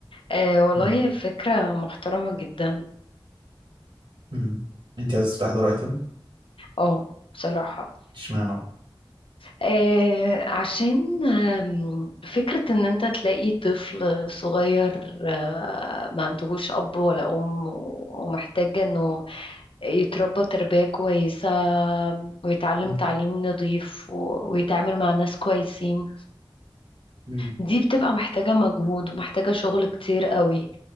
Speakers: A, on the left; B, on the right.
A: آه والله
B: مم.
A: فكرة محترمة جدا
B: مم. انت عايز تفتح دار ايتم
A: اه بصراحة
B: اشمعنى
A: آه عشان آم، فكرة ان انت تلاقي طفل صغير آه ما عندهوش اب ولا ام ومحتاج انه يتربى تربية كويسة ويتعلم
B: مم.
A: تعليم نظيف و- ويتعامل مع ناس كويسين
B: مم.
A: دي بتبقى محتاجة مجهود ومحتاجة شغل كتير قوي